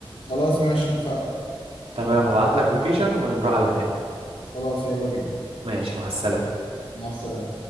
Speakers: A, on the left (about 80°); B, on the right (about 80°).
A: خلاص ماشي اتفقنا
B: تمام هبعت لك لوكيشن ونروح على هناك
A: خلاص يلا بينا
B: ماشي مع السلامه
A: مع السلامه